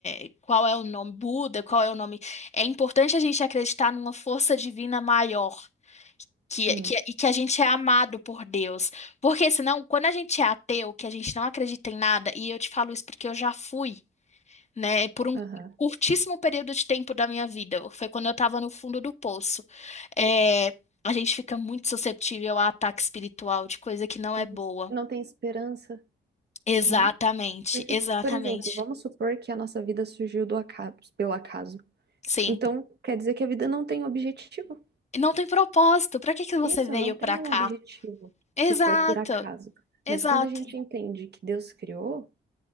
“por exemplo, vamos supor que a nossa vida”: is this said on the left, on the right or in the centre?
Right